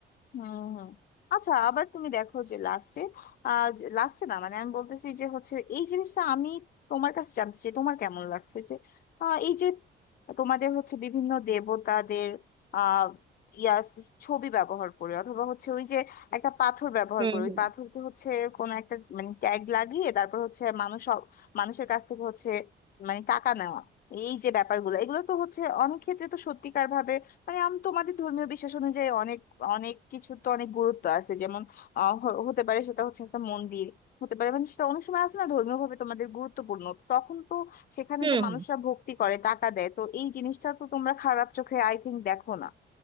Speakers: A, on the left; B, on the right.
A: হুম হুম আচ্ছা আবার তুমি দেখো যে লাস্টে আহ লাস্টে না মানে আমি বলতেছি যে হচ্ছে এই জিনিসটা আমি তোমার কাছে জানতে চাই তোমার কেমন লাগছে যে আহ, এই যে তোমাদের হচ্ছে বিভিন্ন দেবতাদের আহ ইয়া ছবি ব্যবহার করে অথবা হচ্ছে ওই যে একটা পাথর ব্যবহার
B: হুম
A: করে ওই
B: হুম
A: পাথরকে হচ্ছে কোনো একটা মানে ট্যাগ লাগিয়ে তারপর হচ্ছে মানুষ সব- মানুষের কাছ থেকে হচ্ছে মানে টাকা নেওয়া এই যে ব্যাপারগুলো এগুলো তো হচ্ছে অনেক ক্ষেত্রে তো সত্যিকার ভাবে মানে আমি তোমাদের ধর্মীয় বিশ্বাস অনুযায়ী অনেক অনেক কিছু তো অনেক গুরুত্ব আছে যেমন আহ, হ- হতে পারে সেটা হচ্ছে একটা মন্দির হতে পারে মানে সেটা অনেক সময় আছে না ধর্মীয় ভাবে তোমাদের গুরুত্বপূর্ণ তখন তো সেখানে
B: হুম
A: যে মানুষরা ভক্তি করে টাকা দেয় তো এই জিনিসটা তো তোমরা খারাপ চোখে আই থিংক দেখো না